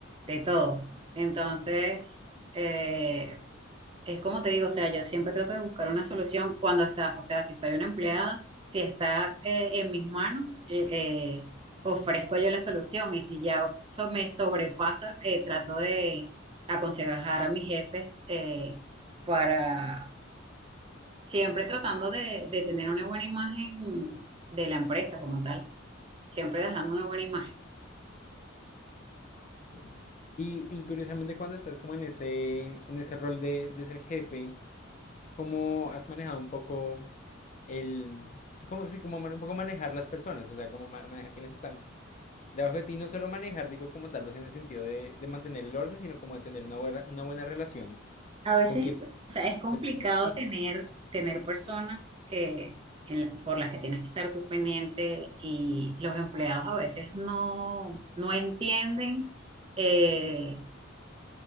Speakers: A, on the right; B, on the left.
A: de todo. Entonces, eh, es como te digo, o sea, yo siempre trato de buscar una solución cuando está, o sea, si soy una empleada, si está eh, en mis manos, eh, eh, ofrezco yo la solución y si ya so- me sobrepasa, eh, trato de aconsejar a mis jefes eh, para siempre tratando de de tener una buena imagen de la empresa como tal siempre dejando una buena imagen.
B: Sí. Y, y curiosamente cuando estás como en ese, en ese rol de, de ser jefe, cómo has manejado un poco el, cómo, sí, cómo man- un poco manejar las personas, o sea, cómo ma- manejar quienes están debajo de ti, no solo manejar, digo, como tal vez en el sentido de, de mantener el orden, sino como de tener una buena, una buena relación
A: A veces,
B: con quien
A: o sea, es complicado
B: depende de ti.
A: tener, tener personas que, en la- por las que tienes que estar tú pendiente y los empleados a veces no, no entienden eh,